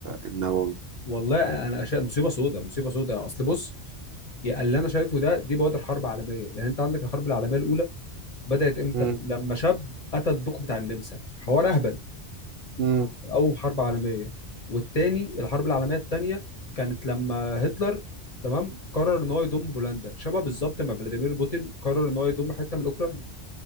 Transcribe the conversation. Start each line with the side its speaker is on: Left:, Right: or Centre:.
Right: النووي
Left: والله انا أشياء مصيبه سوداء مصيبه سوداء اصل بص يا اللي انا شايفه ده دي بوادر حرب عالميه يعني انت عندك الحرب العالميه الاولى بدات امتى
Right: امم
Left: لما شاب قتل الدوق بتاع النمسا حوار اهبل
Right: امم
Left: او حرب عالميه والتاني الحرب العالميه التانيه كانت لما هتلر تمام قرر ان هو يضم بولندا شبه بالظبط ما فلاديمير بوتين قرر ان هو يضم حته من اوكرانيا